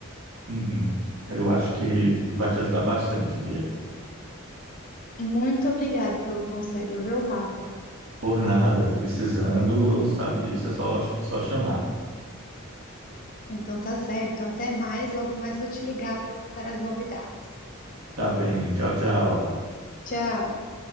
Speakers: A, on the right; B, on the left.
A: Uhum. Eu acho que vai te ajudar bastante, Bia.
B: Muito obrigada pelo conselho, viu, Rafa?
A: Por nada, precisando, sabe disso, é só, só chamar.
B: Então tá certo, até mais, logo mais vou te ligar para contar as novidades.
A: Tá bem, tchau, tchau.
B: Tchau.